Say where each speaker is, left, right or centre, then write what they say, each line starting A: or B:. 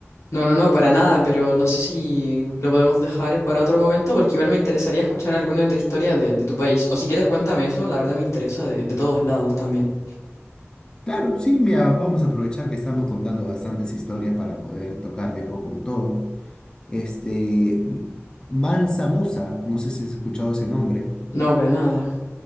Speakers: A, on the left; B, on the left.
A: No, no, no, para nada, pero no sé si lo podemos dejar para otro momento porque igual me interesaría escuchar alguna otra historia de, de tu país. O si quieres, cuéntame eso, la verdad me interesa de, de todos lados también.
B: Claro, sí, mira, vamos a aprovechar que estamos contando bastantes historias para poder tocar de poco un todo. Este, Mansa Musa, no sé si has escuchado ese nombre.
A: No, para nada.